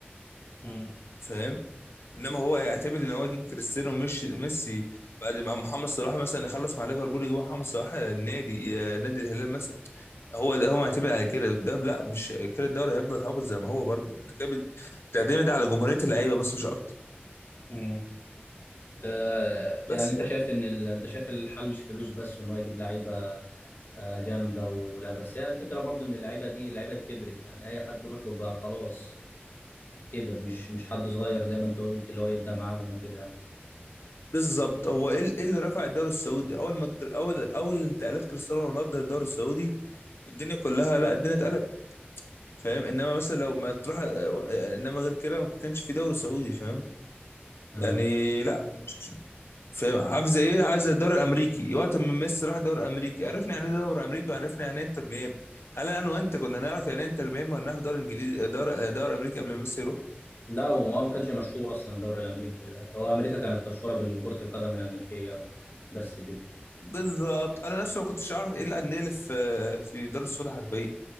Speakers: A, on the left; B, on the left.
A: مم.
B: فاهم انما هو يعتمد ان هو يجيب كريستيانو وميسي ميسي بعد ما محمد صلاح مثلا يخلص مع ليفربول يجيب محمد صلاح النادي آه، نادي الهلال مثلا هو ده هو معتمد على كده ده لا مش كده الدوري هيفضل هابط زي ما هو برضه انت كده بت- بتعتمد على جمهوريه اللعيبه بس مش اكتر
A: مم. ده
B: بس
A: يعني انت شايف ان ال... انت شايف الحل مش فلوس بس وان هو يجيب لعيبه آه، جامده ولا بس هي الفكره برضو ان اللعيبه دي اللعيبه دي كبرت يعني اي حد يروح بيبقى خلاص كبر مش مش حد صغير زي ما انت قلت اللي هو يبدا معاهم وكده
B: بالظبط هو ايه إيه اللي رفع الدوري السعودي اول ما الكر- اول اول انتقالات كريستيانو رونالدو للدوري السعودي الدنيا كلها لا الدنيا اتقلبت فاهم انما مثلا لو ما تروح يعني انما غير كده ما كانش في دوري سعودي فاهم
A: مم.
B: يعني لا مش- فاهم عاوزه ايه عايزه الدوري الامريكي وقت ما ميسي راح الدوري الامريكي عرفنا يعني ايه دوري امريكي وعرفنا يعني ايه انتر ميامي هل انا وانت كنا نعرف يعني ايه انتر ميامي ولا نعرف دوري انجليزي دوري دوري امريكي قبل ما ميسي يروح
A: لا هو ما كانش مشهور اصلا الدوري الامريكي هو امريكا كانت مشهوره بالكره القدم الامريكيه بس كده
B: بالظبط انا نفسي ما كنتش اعرف ايه الانديه اللي في في الدوري السعودي حرفيا